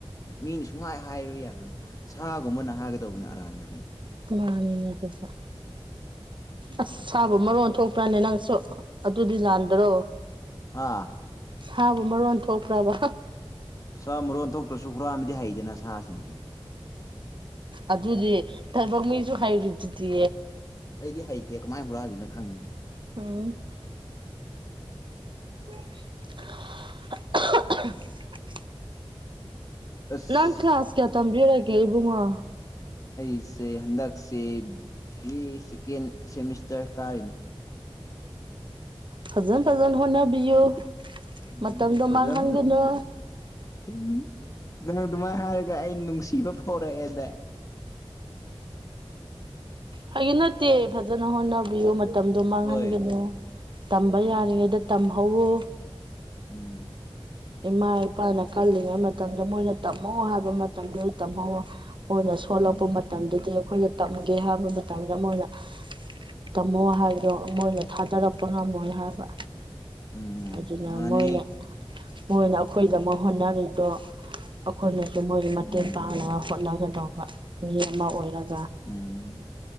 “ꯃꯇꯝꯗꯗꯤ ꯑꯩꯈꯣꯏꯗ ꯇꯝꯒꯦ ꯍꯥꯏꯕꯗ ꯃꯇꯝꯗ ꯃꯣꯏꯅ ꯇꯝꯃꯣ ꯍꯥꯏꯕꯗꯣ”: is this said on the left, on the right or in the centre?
Right